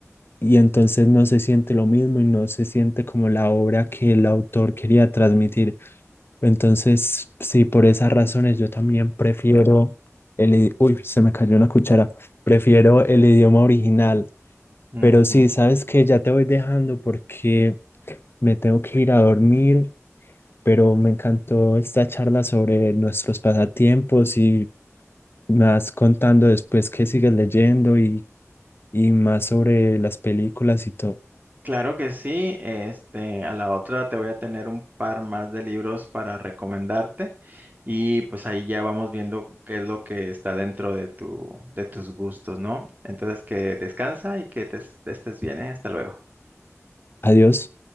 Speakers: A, on the left (about 45°); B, on the right (about 35°).
A: y entonces no se siente lo mismo y no se siente como la obra que el autor quería transmitir. Entonces, sí, por esas razones yo también prefiero el... i- Uy, se me cayó una cuchara. Prefiero el idioma original
B: ujú.
A: pero sí, sabes que ya te voy dejando porque me tengo que ir a dormir, pero me encantó esta charla sobre nuestros pasatiempos y me vas contando después qué sigues leyendo y, y más sobre las películas y todo.
B: Claro que sí, este, a la otra te voy a tener un par más de libros para recomendarte y pues ahí ya vamos viendo qué es lo que está dentro de tu, de tus gustos, ¿no? Entonces que descansa y que te, estés bien, ¿eh? Hasta luego.
A: Adiós.